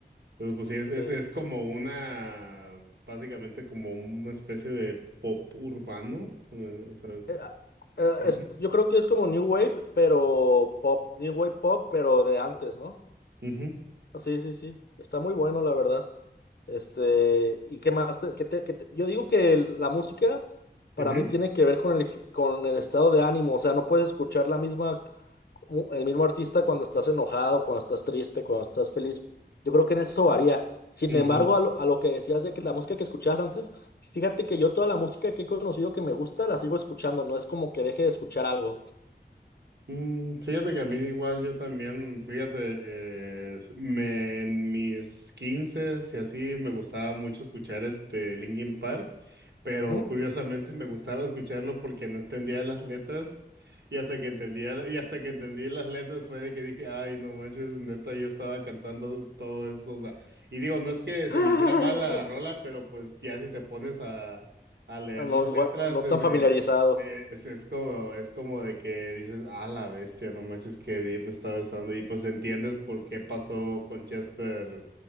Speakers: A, on the right; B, on the left.
A: Entonces, pues sí, es, es,
B: Eh,
A: es como una, básicamente como una especie de pop urbano, eh, o sea,
B: eh, ah, eh,
A: Ujú.
B: es- yo creo que es como New Wave, pero pop, New Wave pop, pero de antes, ¿no?
A: Ujú,
B: Sí, sí, sí. Está muy bueno, la verdad. Este, ¿y qué más? te- qué te- qué te- yo digo que el- la música para
A: ujú,
B: mí tiene que ver con el, con el estado de ánimo, o sea, no puedes escuchar la misma. mu- el mismo artista cuando estás enojado, cuando estás triste, cuando estás feliz. Yo creo que en eso varía. Sin
A: ujú.
B: embargo, a lo, a lo que decías de que la música que escuchabas antes, fíjate que yo toda la música que he conocido que me gusta la sigo escuchando, no es como que deje de escuchar algo.
A: Mm, Fíjate que a mí igual yo también, fíjate, eh, me, en mis 15 y así me gustaba mucho escuchar este Linkin Park, pero
B: Ujú.
A: curiosamente <laughs> me gustaba escucharlo porque no entendía las letras y hasta que entendía la- y hasta que entendí las letras fue de que dije, ay, no manches, neta, yo estaba cantando todo eso, o sea, y digo, no es que se
B: <laughs>
A: me hiciera mal la rola, pero pues ya si te pones a, a leer
B: Ah, No,
A: las letras,
B: igual, no
A: es,
B: tan
A: eh,
B: familiarizado.
A: es, es como, es como de que dices, ah, la bestia, no manches que Deep estaba estando. Y pues entiendes por qué pasó con Chester.